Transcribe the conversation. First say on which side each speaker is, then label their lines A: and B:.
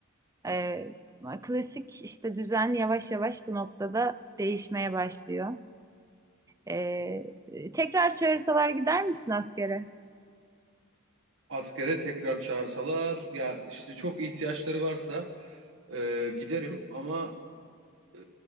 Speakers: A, on the right; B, on the right.
A: Ee, klasik işte düzen yavaş yavaş bu noktada değişmeye başlıyor. Ee, tekrar çağırsalar gider misin askere?
B: Askere tekrar çağırsalar ya işte çok ihtiyaçları varsa e, giderim ama e,